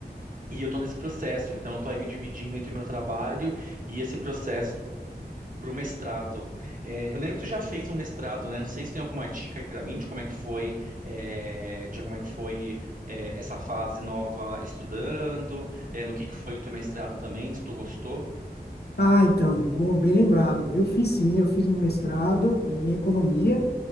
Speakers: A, on the right; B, on the left.
A: e eu tô nesse processo, então eu tô aí me dividindo entre o meu trabalho e esse processo Pro mestrado. É, eu lembro que tu já fez um mestrado, né? Não sei se tem alguma dica aí pra mim de como é que foi, é, de como é que foi, é, essa fase nova estudando, é, no que que foi o teu mestrado também, se tu gostou.
B: Ah, então, bom, bem lembrado. Eu fiz sim, eu fiz um mestrado em economia